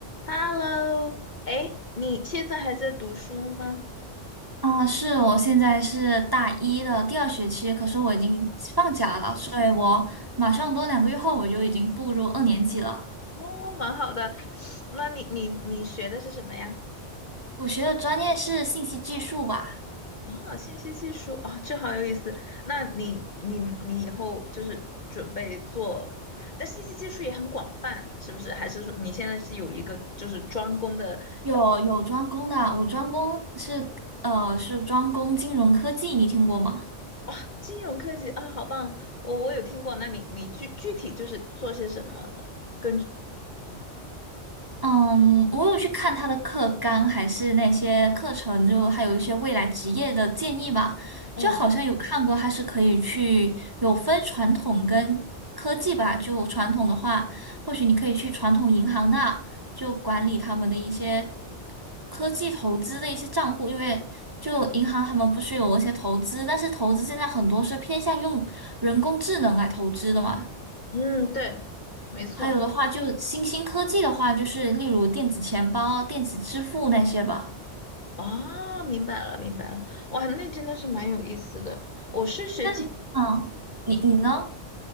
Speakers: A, on the left; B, on the right.
A: Hello，哎，你现在还在读书吗？
B: 啊，是我现在是大一的第二学期，可是我已经放假了，所以我马上多两个月后我就已经步入二年级了。
A: 哦，蛮好的。那你你你学的是什么呀？
B: 我学的专业是信息技术吧，
A: 啊，信息技术，哦，这好有意思。那你你你以后就是准备做，但信息技术也很广泛，是不是？还是说你现在是有一个就是专攻的
B: 有有专攻的，我专攻是呃是专攻金融科技，你听过吗？
A: 啊？金融科技啊，好棒！我我有听过。那你你具具体就是做些什么呢？根据，
B: 嗯，我有去看他的课纲，还是那些课程，就还有一些未来职业的建议吧。
A: 嗯
B: 就好像有看过，他是可以去有分传统跟科技吧。就传统的话，或许你可以去传统银行那就管理他们的一些科技投资的一些账户，因为就银行他们不是有一些投资，但是投资现在很多是偏向用人工智能来投资的嘛。
A: 嗯，对，没错。
B: 还有的话，就新兴科技的话，就是例如电子钱包、电子支付那些吧。
A: 哦，明白了，明白了，哇，那真的是蛮有意思的。我是学金，
B: 那你嗯，你你呢？